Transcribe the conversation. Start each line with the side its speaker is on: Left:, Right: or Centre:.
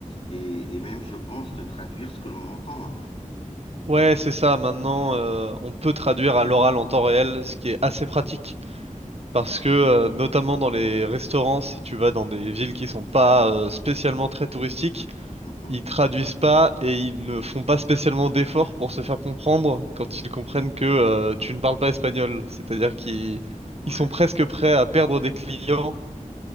Left: et, et même, je pense, de traduire ce que l'on entend.
Right: Ouais, c'est ça. Maintenant, euh, on peut traduire à l'oral en temps réel, ce qui est assez pratique parce que, euh, notamment dans les restaurants, si tu vas dans des villes qui sont pas euh, spécialement très touristiques,
Left: Mhm.
Right: ils traduisent pas et ils ne font pas spécialement d'efforts pour se faire comprendre quand ils comprennent que euh, tu ne parles pas espagnol. C'est-à-dire qu'ils
Left: Ouais,
Right: ils sont presque prêts à perdre des clients.